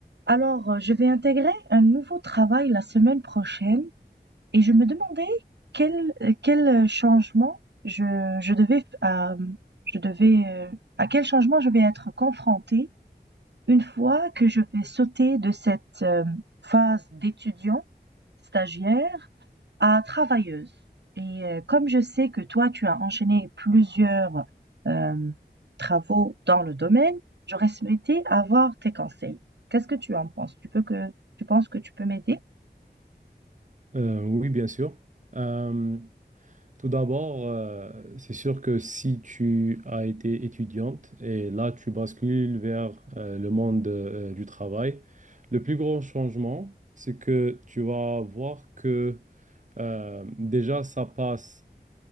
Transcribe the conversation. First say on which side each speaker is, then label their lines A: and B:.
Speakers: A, on the right (about 80°); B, on the right (about 45°).
A: Alors, euh, je vais intégrer un nouveau travail la semaine prochaine et je me demandais quel euh, quel euh, changement je je devais euh, je devais euh, à quel changement je vais être confrontée une fois que je vais sauter de cette euh, phase d'étudiant Stagiaire à travailleuse et euh, comme je sais que toi tu as enchaîné plusieurs, hem, travaux dans le domaine, j'aurais souhaité avoir tes conseils. Qu'est-ce que tu en penses? Tu peux que tu penses que tu peux m'aider?
B: Euh, oui, bien sûr. Euh, tout d'abord, euh, c'est sûr que si tu as été étudiante et là tu bascules vers euh, le monde euh, du travail, le plus grand changement, c'est que tu vas voir que euh, déjà ça passe